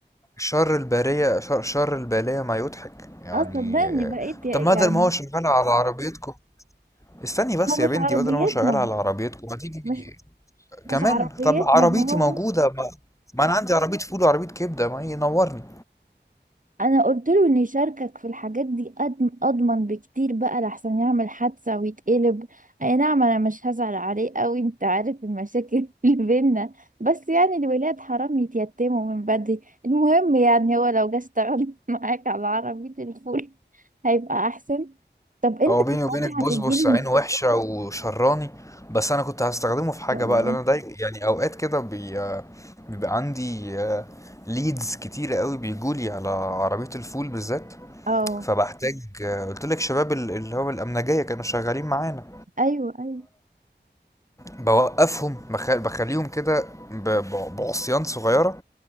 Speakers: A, on the left (about 15°); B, on the right (about 45°).
A: شر الباريه شر, شر البلايا ما يضحك يعني
B: اه صدقني بقيت يعني
A: طب ما ده ما هو شغال على عربيتكم استني بس
B: هو
A: يا
B: مش
A: بنتي
B: عربيتنا
A: بدل ما هو شغال على عربيتكم ما تيجي
B: مش
A: كمان
B: مش عربيتنا
A: طب عربيتي
B: ده هو
A: موجوده ما, ما انا عندي عربيه فول وعربيه كبده ما ينورني
B: انا قلت له ان يشاركك في الحاجات دي أضم- اضمن بكتير بقى لحسن يعمل حادثة ويتقلب اي نعم انا مش هزعل عليه قوي انت عارف المشاكل <laughs> اللي بينا بس يعني الولاد حرام يتيتموا من بدري المهم يعني هو لو جه اشتغل <laughs> معاك على عربية الفول هيبقى احسن طب انت
A: هو بيني
B: في ساعتها
A: وبينك بصبص
B: هتديله
A: عينه وحشة وشراني بس أنا كنت هستخدمه في حاجة
B: م-
A: بقى لأن أنا داي يعني أوقات كده بي... بيبقى عندي ليدز كتيرة قوي بيجولي على عربية الفول بالذات
B: اه
A: فبحتاج آه، قلت لك شباب ال- اللي هو الأمنجية كانوا شغالين معانا
B: ايوه ايوه
A: فبوقفهم بخ... بخليهم كده ب... ب- بعصيان صغيرة